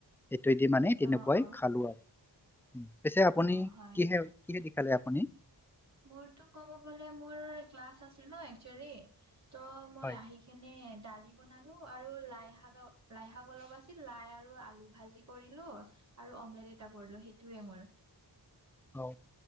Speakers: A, in the centre; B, on the right.
A: সেইটোৱেদি মানে তেনেকুৱাই
B: অ', অ',
A: খালো আৰু উম। পিছে আপুনি
B: অ', হয়।
A: কিহে কিহে দি খালে আপুনি?
B: মোৰতো ক'ব গ'লে মোৰ ক্লাছ আছিল ন একচুৱেলি ত' মই
A: হয়
B: আহি কিনে দালি বনালো আৰু লাই শাক লাই শাক অলপ আছিল। লাই আৰু আলু ভাজি কৰিলো আৰু অমলেট এটা কৰিলো। সেইটোৱে মোৰ
A: অ'।